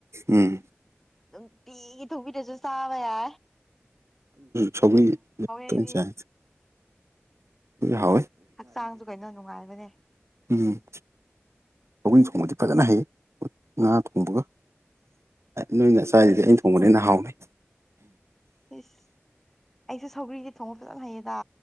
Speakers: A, on the right; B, in the centre.
A: ꯎꯝ
B: ꯅꯨꯡꯇꯤ ꯊꯃꯤ ꯇꯁꯨ ꯁꯥꯕ ꯌꯥ
A: ꯁ
B: ꯑꯩꯗꯤ
A: ꯆ ꯍ
B: ꯍꯛꯆꯥꯡꯁꯨ ꯀꯩꯅꯣ ꯅꯨꯡꯉꯥꯏꯕꯅꯦ
A: ꯎꯝ ꯁꯅ ꯁꯗꯤꯤ ꯐꯖꯅ ꯍꯥꯏꯌꯦ ꯉꯥ ꯊꯣꯡꯕꯒ ꯅꯣꯏꯅ ꯆꯥꯏꯔꯤꯗꯤ
B: ꯑꯩꯁꯨ
A: ꯑꯩꯅ ꯊꯣꯡꯕꯅꯦ
B: ꯁꯧꯒ꯭ꯔꯤ
A: ꯑꯅ ꯍꯥꯎꯅꯩ
B: ꯏꯁ ꯑꯩꯁꯦ ꯁꯧꯒ꯭ꯔꯤꯁ ꯊꯣꯡꯕ ꯐꯖꯅ ꯍꯩꯌꯦꯗ